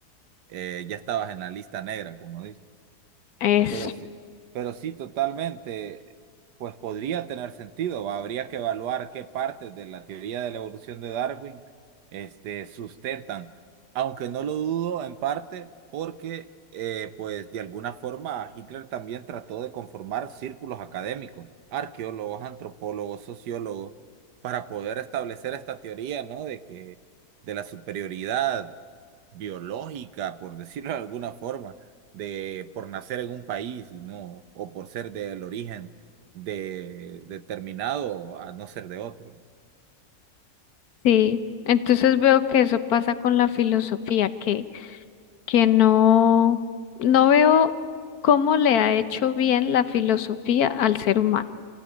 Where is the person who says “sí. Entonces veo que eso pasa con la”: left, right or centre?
Left